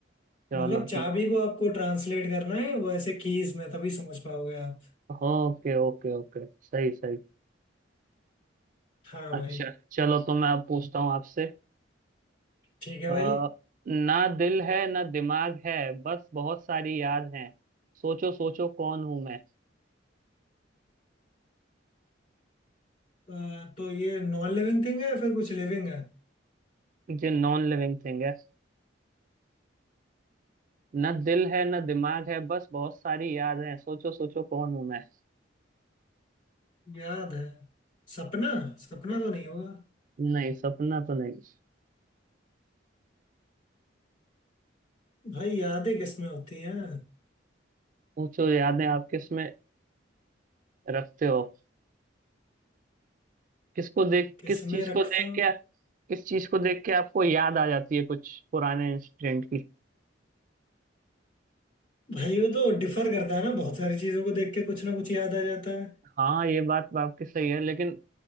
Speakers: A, on the right; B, on the left.
A: चलो
B: मतलब चाबी को आपको ट्रांसलेट करना है वो ऐसे कीज में तभी समझ पाओगे आप
A: ओके ओके ओके सही सही
B: हाँ भाई
A: अच्छा चलो तो मैं अब पूछता हूँ आपसे
B: ठीक है
A: अ,
B: भाई
A: ना दिल है ना दिमाग है बस बहुत सारी याद हैं सोचो सोचो कौन हूं मैं
B: अ, तो ये नॉन लिविंग थिंग है या फिर कुछ लिविंग है
A: जो नॉन लिविंग थिंग है ना दिल है ना दिमाग है बस बहुत सारी याद हैं सोचो सोचो कौन हूं मैं
B: याद है सपना सपना तो नहीं होगा
A: नहीं सपना तो नहीं
B: भाई यादें किसमें होती हैं
A: सोचो यादें आप किस में रखते हो किसको देख
B: किसमें
A: किस चीज
B: रखता
A: को देख के किस चीज को देख के आपको याद आ जाती है कुछ पुराने इंसिडेंट की
B: भाई वो तो डिफर करता है ना बहुत सारी चीजों को देख के कुछ ना कुछ याद आ जाता है
A: हाँ ये बात तो आपकी सही है लेकिन